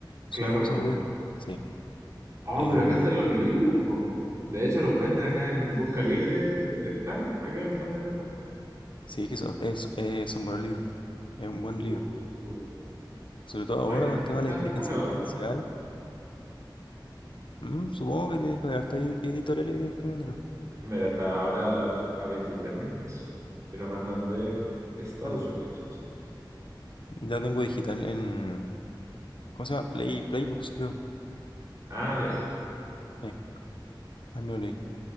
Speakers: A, on the left (about 80°); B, on the right (about 40°).
A: Sueño
B: Claro,
A: de los
B: po.
A: androides, creo. Sí.
B: Oh,
A: Em,
B: pero acá están los libros, po. De hecho, los venden acá en Busca Libre. Están, acá los están vendiendo.
A: Sí, que eso, es, es un buen libro, Es un buen libro.
B: Uh,
A: Sobre todo ahora
B: hoy no
A: con
B: están
A: el tema de
B: tan
A: la inteligencia
B: caros.
A: artificial. Mm, supongo que tiene que haber hartas ed- editoriales imprimiéndolo.
B: Mira, hasta ahora a veintitrés mil pesos. Y lo mandan de Estados
A: Mm,
B: Unidos.
A: Ya lo tengo digital en. ¿Cómo se llama? Play, Playbooks, creo.
B: Ah, ya.
A: Eh, ahí me lo leí.